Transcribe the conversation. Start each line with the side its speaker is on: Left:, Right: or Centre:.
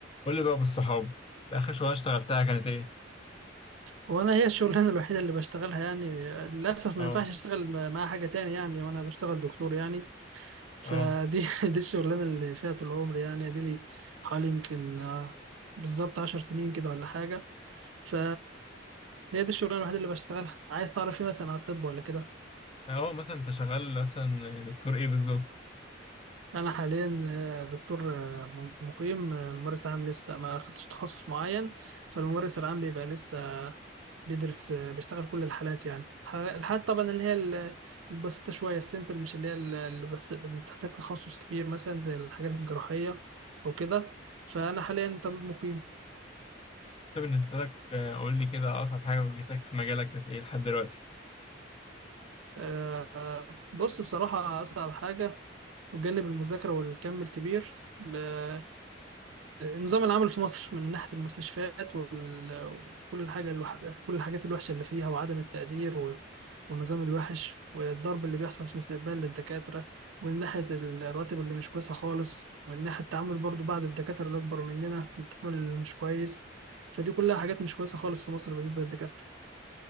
Left: قول لي بقى بالصحاب اخر شغلانه اشتغلتها كانت ايه
Right: وانا هي الشغلانه الوحيده اللي بشتغلها يعني للاسف
Left: اه
Right: ما ينفعش اشتغل م- مع حاجه تاني يعني وانا بشتغل دكتور يعني فدي
Left: اه
Right: <laughs> دي الشغلانه اللي فيها طول عمري يعني دي لي حوالي يمكن آه، بالظبط عشر سنين كده ولا حاجه ف هي دي الشغلانه الوحيده اللي بشتغلها عايز تعرف ايه مثلا على الطب ولا كده
Left: اه مثلا انت شغال مثلا دكتور ايه بالظبط
Right: انا حاليا آه، دكتور آه، مقيم آه، ممارس عام لسه ما خدتش تخصص معين فالممارس العام بيبقى لسه بيدرس بيشتغل كل الحالات يعني الح- الحالات طبعا اللي هي ال- البسيطة شوية السيمبل مش اللي هي ال- اللي بت- اللي بتحتاج تخصص كبير مثلا زي الحاجات الجراحية أو كده فأنا حاليا طبيب مقيم
Left: انت بالنسبه لك آه، قول لي كده اصعب حاجه واجهتك في مجالك كانت ايه لحد دلوقتي
Right: آه، بص بصراحة أصعب حاجة بجانب المذاكرة والكم الكبير آه، نظام العمل في مصر من ناحية المستشفيات وال- وكل الحاجة الوح... كل الحاجات الوحشة اللي فيها وعدم التقدير و... والنظام الوحش والضرب اللي بيحصل في الاستقبال للدكاترة ومن ناحية الرواتب اللي مش كويسة خالص ومن ناحية التعامل برضو بعض الدكاترة اللي أكبر مننا التعامل اللي مش كويس فدي كلها حاجات مش كويسة خالص في مصر بالنسبة للدكاترة